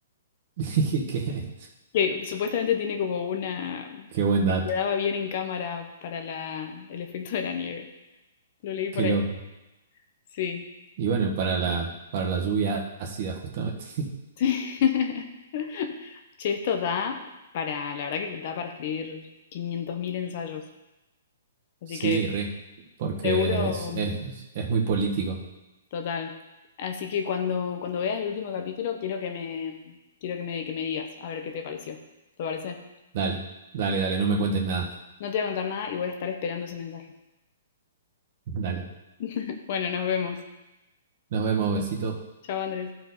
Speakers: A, on the right; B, on the left.
A: <laughs> Qué,
B: que supuestamente tiene como una,
A: qué buen
B: como
A: dato,
B: que quedaba bien en cámara para la, el efecto de la nieve. Lo leí por
A: qué loco.
B: ahí. Sí.
A: Y bueno, para la, para la lluvia ácida, justamente. <laughs>
B: <laughs> Che, esto da para, la verdad que da para escribir 500.000 ensayos, así
A: Sí,
B: que
A: re, porque
B: seguro...
A: es, es, es muy político.
B: Total. Así que cuando, cuando veas el último capítulo, quiero que me, quiero que me, que me digas, a ver qué te pareció. ¿Te parece?
A: Dale, dale, dale, no me cuentes nada.
B: No te voy a contar nada y voy a estar esperando ese mensaje.
A: Dale.
B: <laughs> Bueno, nos vemos.
A: Nos vemos, besito.
B: Chao, Andrés.